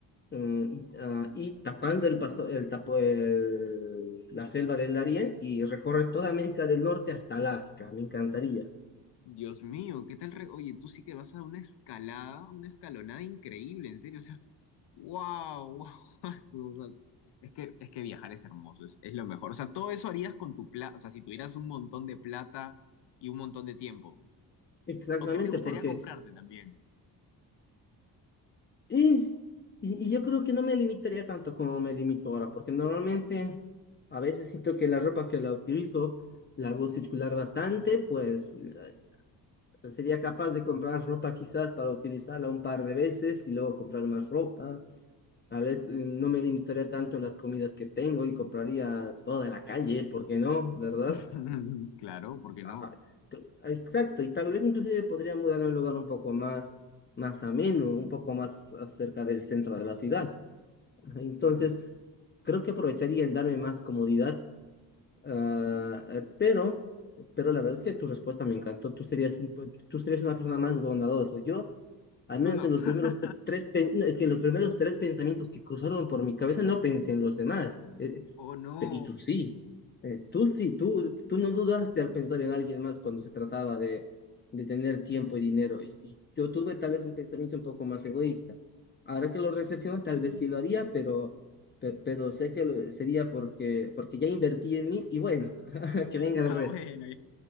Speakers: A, on the left (about 25°); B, on the left (about 70°).
A: mm, y, ah, y tapando el paso, el tapo, el- la selva del Darién y recorre toda América del Norte hasta Alaska. Me encantaría.
B: Dios mío, ¿qué tal? re- Oye, tú sí que vas a una escalada, una escalonada increíble, en serio. O sea, wow, wow. <laughs> O sea, es que, es que viajar es hermoso, es, es lo mejor. O sea, todo eso harías con tu plata, o sea, si tuvieras un montón de plata y un montón de tiempo.
A: Exactamente,
B: O qué te gustaría
A: porque
B: comprarte también.
A: Y, y, y yo creo que no me limitaría tanto como me limito ahora, porque normalmente a veces siento que la ropa que la utilizo la hago circular bastante, pues eh, sería capaz de comprar ropa quizás para utilizarla un par de veces y luego comprar más ropa. Tal vez eh, no me limitaría tanto en las comidas que tengo y compraría toda la calle, ¿por qué no? ¿Verdad?
B: <laughs> Claro, ¿por qué no?
A: Ajá. Cl- Exacto, y tal vez inclusive podría mudarme a un lugar un poco más, más ameno, un poco más cerca del centro de la ciudad. Entonces,
B: Mm.
A: creo que aprovecharía en darme más comodidad, ah, eh, pero, pero la verdad es que tu respuesta me encantó. Tú serías un, pe- tú serías una persona más bondadosa. Yo, al menos
B: Tú no.
A: en los
B: <laughs>
A: primeros te- tres, pe- no, es que en los primeros tres pensamientos que cruzaron por mi cabeza, no pensé en los demás. Eh,
B: Oh, no.
A: te- Y tú sí, eh, tú sí, tú, tú no dudaste al pensar en alguien más cuando se trataba de, de tener tiempo y dinero. Y- y Yo tuve tal vez un pensamiento un poco más egoísta. Ahora que lo reflexiono, tal vez sí lo haría, pero, pe- pero, sé que lo- sería porque, porque ya invertí en mí y bueno, <laughs> que venga el
B: Ah,
A: resto.
B: bueno,